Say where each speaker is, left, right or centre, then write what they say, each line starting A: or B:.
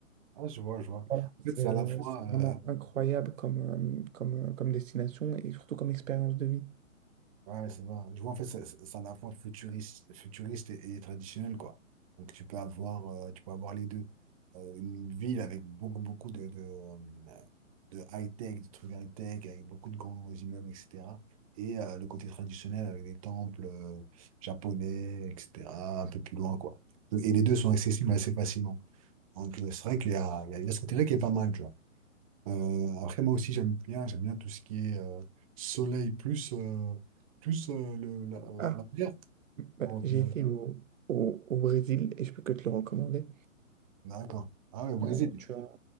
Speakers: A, on the right (about 25°); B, on the right (about 70°).
A: Ah, je vois, je vois. En
B: voilà, c'est
A: fait, c'est
B: euh,
A: à la fois.
B: c'est vraiment
A: euh,
B: incroyable comme, euh, comme, euh, comme destination et surtout comme expérience de vie.
A: Ouais, c'est vrai. Je vois, en fait, c'est c'est- c'est à la fois futuriste, futuriste et, et traditionnel, quoi. Donc, tu peux avoir, euh, tu peux avoir les deux. Euh, une ville avec beaucoup, beaucoup de, de, euh, de high-tech, de trucs high-tech, avec beaucoup de grands immeubles, etc. Et euh, le côté traditionnel avec des temples euh, japonais, etc., un peu plus loin, quoi. Et les deux sont accessibles assez facilement. Donc, euh, c'est vrai qu'il y a, il y a il y a ce côté-là qui est pas mal, euh, après, moi aussi, j'aime bien, j'aime bien tout ce qui est euh, soleil plus, euh, plus euh, le, la, la,
B: Ah,
A: la mer.
B: bah,
A: Donc,
B: j'ai
A: euh,
B: été au, au, au Brésil et je peux que te le recommander.
A: d'accord. Ah oui, Brésil.
B: Alors, tu as,